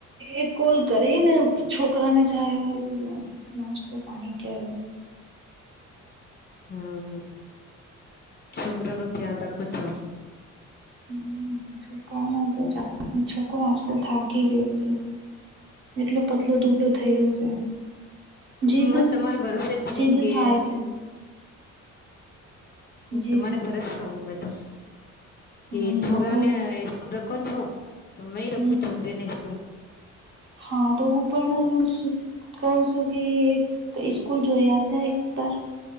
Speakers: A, on the right; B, on the left.
A: એક કોલ કરીને છોકરાને ચહે પીલો નાસ્તો પાણી કે
B: હમ હમ છોકરા રું તિયા ત કછો
A: હમ શ ક ન તો છોકરો આજકાલ થ કી ગયો છે એટલો પતલો દુબલો થઈ રહ્યો છે. જીદ
B: મા તમારા ભરોસેે જ છું
A: જીદ
B: કે
A: થાય છે
B: હ
A: જીદ
B: તમારે ભરોસે હમે તો કે
A: હમ
B: છોકરાને
A: આ બઉ
B: સ્કૂલ કો છો તમે
A: હમ
B: રખું છોકરીને સ્કૂલ
A: હા તો હું પણ કઉ છું કે સ્કૂલ જોઈયાતા એકબાર